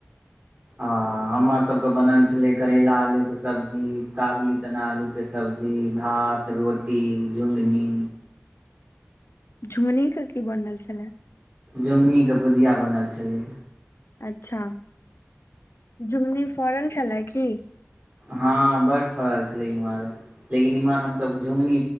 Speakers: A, on the right (about 35°); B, on the left (about 85°).
A: अ हमर सबके बनल छलय करेला आलू के सब्जी काबुली चना आलू के सब्जी भात रोटी झुगनी
B: झुगनी के की बनल छले
A: झुगनीके भुजिया बनल छलै
B: अच्छा जुमनी फरल छलै की
A: हँ बड फड़ल छलइ इम्हर लेकिन इमहर हमसब झु गनी